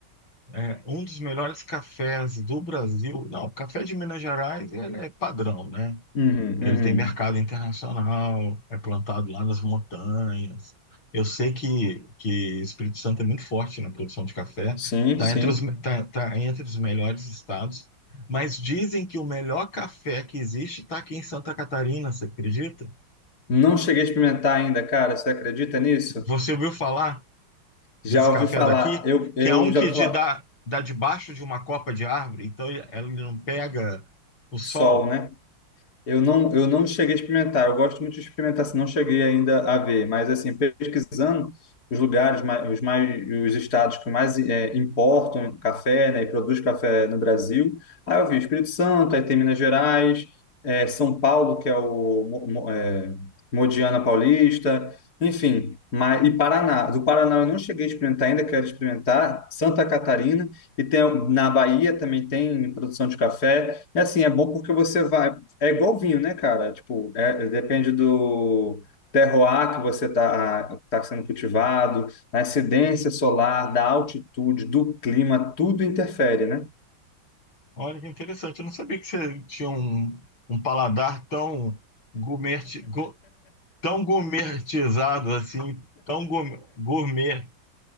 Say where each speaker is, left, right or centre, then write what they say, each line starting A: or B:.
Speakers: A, on the left (about 80°); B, on the left (about 50°).
A: é, um dos melhores cafés do Brasil, não, o café de Minas Gerais ele é padrão, né?
B: Uhum,
A: Ele
B: uhum.
A: tem mercado internacional, é plantado lá nas montanhas. Eu sei que, que Espírito Santo é muito forte na produção de café,
B: Sim,
A: está
B: sim.
A: entre os, me- tá, tá entre os melhores estados, mas dizem que o melhor café que existe está aqui em Santa Catarina, você acredita?
B: Não cheguei a experimentar ainda, cara. Você acredita nisso?
A: Você ouviu falar
B: Já
A: desse café
B: ouvi falar,
A: daqui?
B: eu,
A: Que
B: eu
A: é um que
B: já ouvi
A: de
B: falar
A: dá, dá debaixo de uma copa de árvore, então ele ele não pega o sol.
B: sol, né? Eu não, eu não cheguei a experimentar. Eu gosto muito de experimentar, se não cheguei ainda a ver. Mas assim, pesquisando os lugares, mais, os mais, os estados que mais eh, importam café, né, e produz café no Brasil. Aí eu vi Espírito Santo, aí tem Minas Gerais, eh, São Paulo, que é o Mo- Mo- eh, Modiana Paulista, enfim. Mas, e Paraná. Do Paraná eu não cheguei a experimentar ainda, quero experimentar. Santa Catarina e tem na Bahia também tem produção de café. É assim, é bom porque você vai é igual vinho, né, cara? Tipo, é- depende do terroir que você tá, tá sendo cultivado, da incidência solar, da altitude, do clima, tudo interfere, né?
A: Olha que interessante. Eu não sabia que você tinha um, um paladar tão gourmet, go- tão gourmetizado assim, tão gourmet. gourmet.